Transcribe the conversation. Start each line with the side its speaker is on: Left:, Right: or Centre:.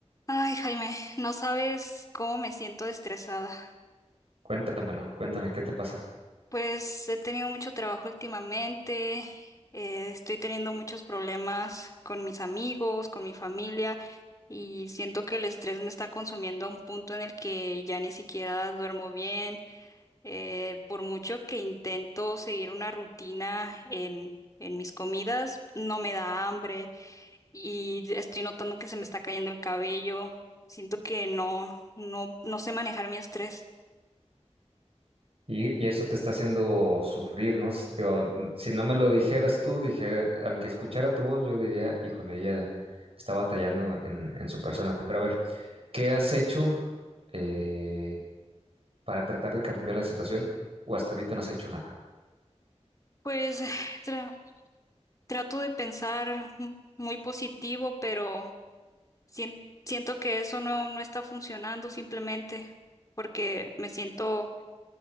Left: Ay, Jaime, no sabes cómo me siento estresada.
Right: Cuéntamelo, cuéntame qué te pasa.
Left: Pues he tenido mucho trabajo últimamente, eh, estoy teniendo muchos problemas con mis amigos, con mi familia, y siento que el estrés me está consumiendo a un punto en el que ya ni siquiera duermo bien. Eh, por mucho que intento seguir una rutina en, en mis comidas, no me da hambre. y estoy notando que se me está cayendo el cabello. Siento que no, no, no sé manejar mi estrés.
Right: Y, y eso te está haciendo sufrir, ¿no? S- digo, n- si no me lo dijeras tú, dijera, aunque escuchara tu voz, yo diría, híjole, ella está batallando en, en su persona. Pero a ver, ¿qué has hecho eh, para tratar de cambiar la situación? O hasta ahorita no has hecho nada.
Left: Pues <sighs> tra- trato de pensar muy positivo, pero sien- siento que eso no, no está funcionando simplemente porque me siento